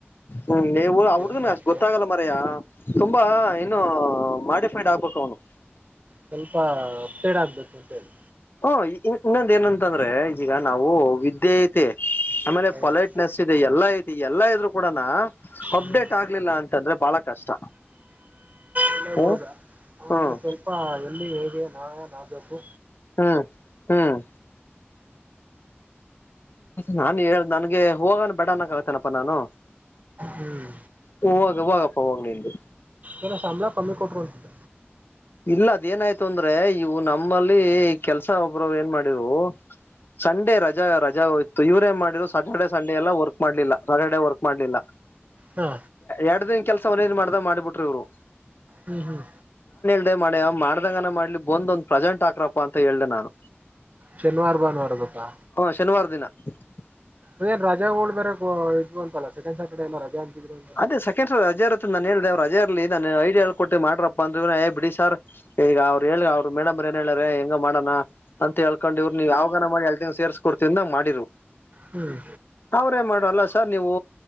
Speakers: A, on the left (about 55°); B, on the right (about 35°).
A: ಹ್ಮ್ ಎ ಆ ಹುಡ್ಗನ್
B: ಏನ್ ಮಾಡ್ತಾನೋ
A: ಅಷ್ಟ ಗೊತ್ತಾಗಲ್ಲ ಮರಯ ತುಂಬಾ ಏನು ಮಾಡಿಫೈಡ್ ಆಡ್ ಬೇಕ್ ಅವ್ನು
B: ಸ್ವಲ್ಪ ಅಪ್ಡೇಟೆಡ್ ಆಗ್ಬೇಕು ಅಂತ ಹೇಳಿ
A: ಹ ಇ ಎ ಇನ್ನೊಂದ ಏನಂತಂದ್ರೆ ಈಗ ನಾವು ವಿದ್ಯೆ ಐತೆ ಆಮೇಲೆ
B: ಹೌದು
A: ಪೊಲೈಟ್ನೆಸ್ ಇದೆ ಎಲ್ಲಾ ಐತಿ ಎಲ್ಲಾ ಇದ್ರು ಕೂಡನಾ ಅಪ್ಡೇಟ್
B: ಹ್ಮ್
A: ಆಗ್ಲಿಲ್ಲ ಅಂತಂದ್ರೆ ಬಾಳ ಕಷ್ಟ
B: ಎಲ್ಲೋ
A: ಹ್ಮ್
B: ಹುಡುಗ ಅವಗೆ
A: ಹ್ಮ್
B: ಸ್ವಲ್ಪ ಎಲ್ಲಿ ನಾ ನಾದಕ್ಕು
A: ಹ್ಮ್ ಹ್ಮ್ ನಾನು ಹೇಳ್ದ ನನ್ಗೆ ಹೋಗಾನ ಬಡ ಅನಕತಿನಪ್ಪಾ ನಾನು
B: ಹ್ಮ್
A: ಹೋಗ್ ಹೋಗಪ್ಪ ಹೋಗ್ ನಿಂದು
B: ಏನೋ ಸಂಬಳ ಕಮ್ಮಿ ಕೊಟ್ಕೊಂತಿದ್ದ
A: ಇಲ್ಲ ಅದ್ ಏನಾಯ್ತು ಅಂದ್ರೆ ಇವು ನಮ್ಮಲ್ಲಿ ಕೆಲ್ಸ ಒಬ್ರ ಏನ್ ಮಾಡಿವು. ಸಂಡೇ ರಜಾ ರಜಾಒಯ್ತು ಇವ್ರೇನ್ ಮಾಡಿದ್ರು ಸ್ಯಾಟರ್ಡೆೇ ಸಂಡೆ ಎಲ್ಲ ವರ್ಕ್ ಮಾಡ್ಲಿಲ್ಲ ಸಟರ್ಡೇ ವರ್ಕ್ ಮಾಡ್ಲಿಲ್ಲ
B: ಹಾ
A: ಎರಡ್ ದಿನ ಕೆಲ್ಸ ಒನೇನ್ ಮಾಡ್ದ ಮಾಡಿಬಿಟ್ರು ಇವ್ರು
B: ಹ್ಮ್ ಹ್ಮ್
A: <unintelligible> ಮಾಡ್ಯ ಮಾಡ್ದಾಗನ ಮಾಡ್ಲಿ ಬಂದ್ ಒಂದು ಪ್ರಜೆಂಟ್ ಆಕ್ರಪ್ಪಾ ಅಂತ ಹೇಳ್ದೆ ನಾನು
B: ಶನವಾರ ಬಾನವರದಕ
A: ಹ <unintelligible>
B: ಅ ಏನ್ ರಾಜ ಹೋಳ್ ಬೇರೆ ಇದ್ ಬಂತಲ್ಲ ಸೆಕಂಡ್ ಸ್ಯಾಟರ್ಡೇ ಎಲ್ಲಾ ರಜಾ ಅಂತಿದ್ರು ಅಂತಲ್ಲ
A: ಅದೇ ಸಕೆಂಡ್ ಸರ್ ರಜಾರ್ರ್ತ್ ನಾನ್ ಹೇಳ್ದೆ ಅವರು ರಜಾರ್ಲ್ಲಿ ನನು ಐ ಹೇಳ್ಕೊಟ್ಟಿ ಮಾಡ್ರಪ್ಪ ಅಂದ ಏ ಬಿಡಿ ಸಾರ್ ಈಗ ಅವರು ಹೇಳಿ ಅವ್ರ ಮೇಡಂಬರ್ ಏನ್ ಹೇಳಾರೆ. ಗ ಮಾಡೋಣ ಅಂತ ಹೇಳ್ಕೊಂಡ್ ಇವ್ರು ನೀವು ಯಾವಾಗ ಮಾಡಿ ಎಲ್ <unintelligible> ಸೇರ್ಸ್ಕ <unintelligible> ಮಾಡಿರು
B: ಹ್ಮ್
A: ಅವ್ರೇ ಮಾಡಲ್ಲ ಸರ್ ನೀವು